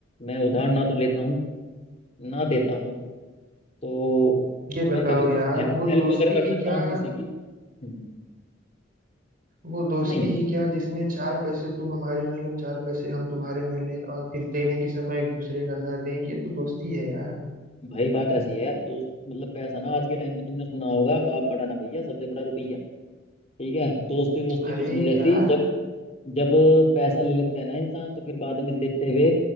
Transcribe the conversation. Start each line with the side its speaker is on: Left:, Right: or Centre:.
Left: मैं उधार ना तो लेता हूँ ना देता हूँ तो
Right: ये बताओ
Left: मैं कभी कुछ
Right: यार
Left: हे,
Right: वो
Left: हेल्प
Right: दोस्ती
Left: अगर कर
Right: ही
Left: सकता
Right: क्या
Left: हूँ किसी की हम्म
Right: वो दोस्ती
Left: नहीं
Right: ही क्या जिसमें चार पैसे तुम हमारे न लो चार पैसे हम तुम्हारे न ले और फिर देने के समय एक दूसरे का न दें ये तो दोस्ती है यार
Left: भाई बात ऐसी है दोस्त मतलब पैसा ना आज के टाइम पे तुमने सुना होगा बाप बड़ा ना भैया सबसे बड़ा रुपया ठीक है दोस्ती वोस्ती
Right: अरे
Left: कुछ नहीं रहती
Right: यार
Left: जब जब पैसा ले लेता है ना इंसान तो फिर बाद में देते हुए